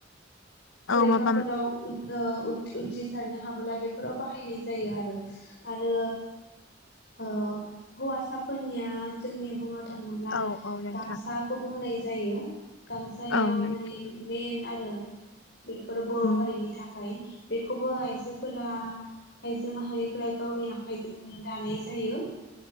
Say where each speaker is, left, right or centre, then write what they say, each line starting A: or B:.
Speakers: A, on the left; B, on the left.
A: फरिखाफोराव
B: औ माबा
A: उथ ओ उथ-उथ्रिसारनो हाबोला बेफोराव बाहायनाय जायो आरो आरो ओ हौवासाफोरनिया जोंनि बुङो। थाङोब्ला
B: औ औ नोंथां
A: गामसाखौ बुंनाय जायो। गामसाया
B: औ नों
A: माने मेन आरो बेफोर बर'
B: उम
A: हारिनि थाखाय बेखौबो आइजोफोरा आइजो माहारिफोरा गावनि आखाइजोंनो दानाय जायो।